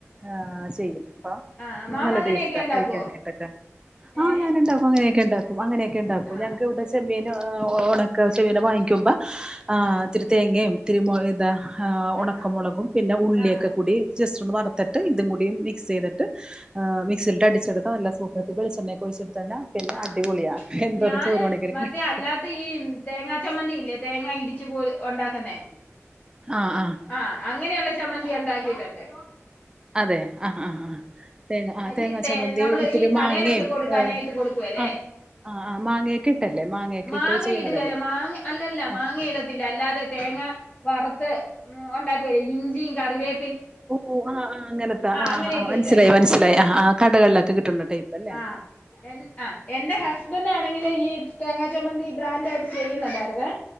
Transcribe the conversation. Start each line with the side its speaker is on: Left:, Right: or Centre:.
Right: ആഹ് ചെയ്യും അപ്പൊ
Left: ആഹ് മാമ
Right: നല്ല
Left: അങ്ങനെയൊക്കെ
Right: ടേസ്റ്റാ
Left: ഉണ്ടാക്കുവോ
Right: കഴിക്കാനായിട്ടൊക്കെ ആഹ്
Left: ഏഹ്
Right: ഞാനുണ്ടാക്കും ങ്ങനെയൊക്കെണ്ടാക്കും അങ്ങനെയൊക്കെണ്ടാക്കും
Left: ആഹ്
Right: ഞങ്ങക്കിവിടെ ചെമ്മീന ആഹ് ഉണക്ക ചെമ്മീന് വാങ്ങിക്കുമ്പോ ആഹ് ത്തിരി തേങ്ങയും തിരുമ ഇത ഉണക്കമുളകും
Left: ആഹ്
Right: പിന്നെ ഉള്ളിയൊക്കെ
Left: ആഹ്
Right: കൂടി ജസ്റ്റ് ഒന്ന് വറത്തിട്ട് ഇതും കൂടി മിക്സ് ചെയ്തിട്ട് ആഹ് മിക്സിയിലിട്ട് അടിച്ചെടുത്ത നല്ല സു വെളിച്ചണ്ണെക്കൊഴ്ച്ചെടുത്ത പിന്നെ
Left: ആഹ്
Right: അടിപൊളിയാ എന്തോരം
Left: ഞാന്
Right: ചോറ് വേണെങ്കിലും
Left: മറ്റേ
Right: കഴിക്ക
Left: അല്ലാത്ത ഈ തേങ്ങാ ചമ്മന്തിയില്ലേ തേങ്ങാ ഇടിച്ചു പോ ഉണ്ടാക്കുന്നേ
Right: ആഹ് ആഹ്
Left: ആഹ് അങ്ങനെയുള്ള ചമ്മന്തി ഉണ്ടാക്കിട്ടുണ്ട്
Right: അതെ ആഹ് ആഹ് ആഹ് തേങ്ങ ആഹ് തേങ്ങാ
Left: ഈ തേ
Right: ചമ്മന്തി
Left: നമ്മള്
Right: ഇത്തിരി
Left: ഈ കടയിലൊക്കെ
Right: മാങ്ങയും
Left: കൊടുക്കാനായിട്ട്
Right: ഏർ
Left: കൊടുക്കുവല്ലേ
Right: ആഹ് ആഹ് ആഹ് മാങ്ങയൊക്കിട്ടല്ലേ മാങ്ങയൊക്കെട്ട്
Left: മാങ്ങ
Right: ചെയ്യണതല്ലേ
Left: ഇടുവേല മാങ്ങ അല്ലല്ല
Right: ആഹ്
Left: മാങ്ങയിടത്തില്ല അല്ലാതെ തേങ്ങ വറുത്ത് ഉം ഉണ്ടാക്കൊ ഇഞ്ചിയും കറിവേ
Right: ഓ ആഹ് ആഹ് അങ്ങനത്ത ആഹ്
Left: അങ്ങനെയൊക്കെ
Right: ആഹ് അങ്ങനത്തെ ആഹ് മനസ്സിലായി
Left: ഇട്ട്
Right: മനസ്സിലായി ആഹ് ആഹ് കടകളിലൊക്കെ കിട്ടുന്ന ടൈപ്പ് അല്ലേ
Left: ആഹ് എൻ അ എന്റെ ഹസ്ബന്റാണെങ്കില് ഈ തേങ്ങാ ചമ്മന്തി ബ്രാൻഡായിട്ട് ചെയ്യുന്നുണ്ടായിരുന്നേ